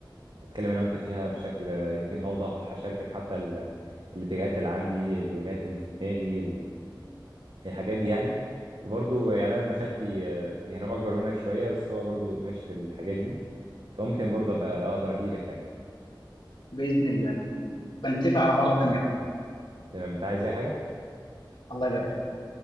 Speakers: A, on the right; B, on the left.
A: اتكلم انا وانت فيها بشكل آه، يمكن اوضح اشاركك حتى ال- الاتجاهات اللي عندي الوجهات اللي في دماغي الحاجات دي يعني وبرضه يعني انا ابن خالتي آه، يعني هو اكبر منك شويه بس هو برضه ماشي في الحاجات دي فممكن برضه ابقى اقدر افيدك يعني
B: باذن الله باذن الله بنتفق على مره تانيه
A: تمام
B: بقى
A: تمام انت عايز اي حاجه
B: الله يبارك لك